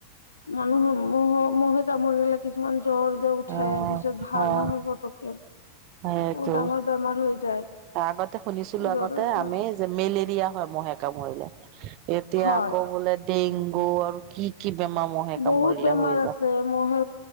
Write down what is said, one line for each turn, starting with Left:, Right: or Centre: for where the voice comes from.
Left: মানুহৰ মহ মহে কামুৰি গলে কিছুমান জ্বৰ যে উঠে
Right: অ',
Left: পিছত ভাৰ
Right: অ',
Left: নহয় পটকে বহু
Right: সেইটো
Left: ডাঙৰ বেমাৰ হৈ যায়
Right: আগতে শুনিছিলো আগতে
Left: জ্বৰৰ পৰা
Right: আমি যে মেলেৰিয়া হয় মহে কামুৰিলে এতিয়া
Left: হয়।
Right: আকৌ বোলে ডেংগু আৰু কি কি বেমাৰ মহহে কামুৰিলে
Left: বহুত বেমাৰ
Right: হৈ যা
Left: আছে মহে